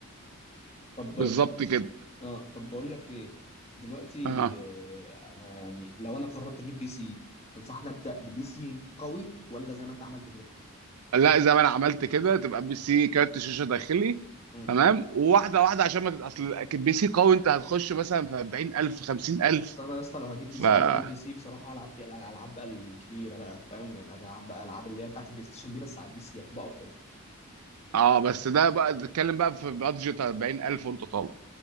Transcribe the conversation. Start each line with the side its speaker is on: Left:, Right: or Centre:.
Left: طب
Right: بالظبط كده
Left: اه طب بقول لك ايه دلوقتي
Right: اه
Left: آه، انا يعني لو انا قررت اجيب بي سي تنصحني ابدا ببي سي قوي ولا زي ما انت عملت كده
Right: لا زي ما انا عملت كده تبقى بي سي كارت شاشه داخلي
Left: مم.
Right: تمام وواحده واحده عشان ما تت- اصل بي سي قوي انت هتخش مثلا في 40000 في 50000
Left: بس انا يا اسطى لو هجيب بي
Right: ف
Left: سي
Right: اه
Left: انا عايز اجيب بي سي بصراحه العب فيه الالعاب بقى الكبيره بقى فاهم يعني عايز العب بقى العاب اللي هي بتاعت البلاي ستيشن دي بس على البي سي هتبقى اقوى
Right: آه، بس ده بقى بتتكلم بقى في بادجت 40000 وانت طالع